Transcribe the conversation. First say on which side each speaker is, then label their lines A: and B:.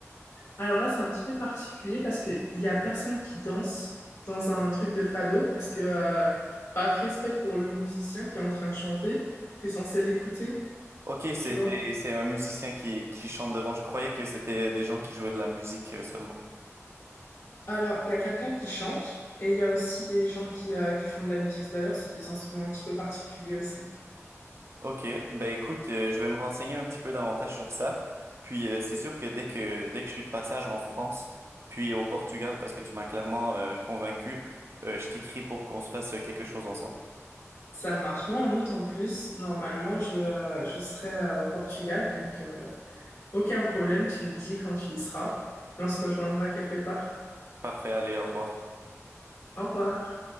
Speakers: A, on the left; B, on the right.
A: Alors là, c'est un petit peu particulier parce qu'il y a personne qui danse dans un truc de fado parce que, euh, par respect pour le musicien qui est en train de chanter, t'es censé l'écouter,
B: Ok, c'est
A: tu vois.
B: c'est c'est un musicien qui, qui chante devant. Je croyais que c'était des gens qui jouaient de la musique euh, seulement.
A: Alors, il y a quelqu'un qui chante et il y a aussi des gens qui, euh, qui font de la musique. D'ailleurs, c'est des instruments un petit peu particuliers aussi.
B: Ok, ben écoute, euh, je vais me renseigner un petit peu davantage sur ça. Puis euh, c'est sûr que dès que dès que je suis de passage en France, puis au Portugal, parce que tu m'as clairement euh, convaincu, euh, je t'écris pour qu'on se fasse euh, quelque chose ensemble.
A: Ça marche. Moi, en août en plus, normalement, je, euh, je serai euh, au Portugal, donc euh, aucun problème, tu me dis quand tu y seras et on se rejoindra quelque part.
B: Parfait, allez, au revoir.
A: Au revoir.